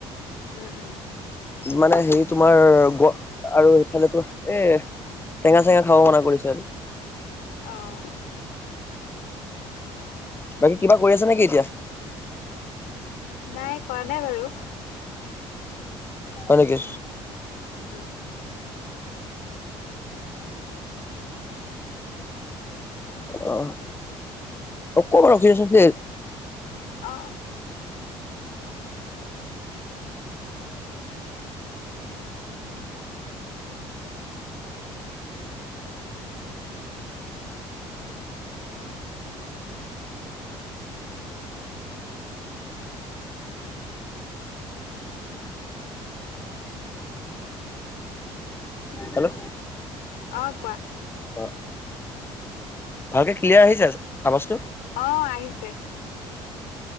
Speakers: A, on the left (about 80°); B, on the left (about 15°).
A: উম উম
B: মানে হেৰি তোমাৰ গ আৰু সেইফালে তো এ টেঙা চেঙা খাব মনা কৰিছে আৰু
A: অ'
B: বাকী কিবা কৰি আছা নেকি এতিয়া
A: নাই কৰা নাই বাৰু
B: হয় নেকি
A: উম <inaudible>
B: অ অকমান ৰখিছাচোন দে
A: অ অ
B: হেল্ল'
A: অ কোৱা
B: অ ভালকে ক্লিয়াৰ আহিছেচ আৱাজটো
A: অ আহিছে